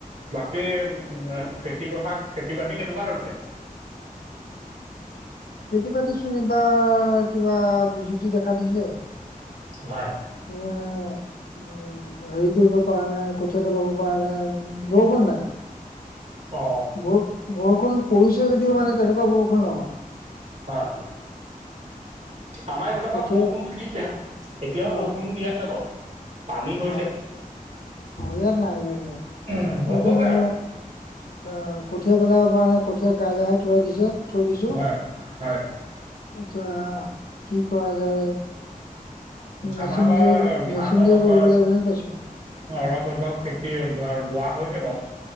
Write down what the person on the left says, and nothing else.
খেতি বাতি চোন এইবাৰ কিবা বিজুতি দেখা দিছে।
মানে উম, হেৰি কৰিব পাৰা নাই। কঠীয়া পেলাব পৰা নাই আৰু বৰষুণ নাই
ব বৰষুণ পৰিছে যদিও মানে তেনেকুৱা বৰষুণ নহয়।
কঠীয়া
অ
অ
অ
ইয়াত নাই ইয়াত নাই ইয়াতে
মানে
আহ, কঠীয়া পেলাব পৰা নাই, কঠীয়া <unintelligible> থৈৱাই দিছে থৈ দিছোঁ।
আচ্ছা কি কৰা যায়! মেচিন
দিয়ে,
মেচিন দিয়ে কৰিব
লাগিব যেন পাইছোঁ।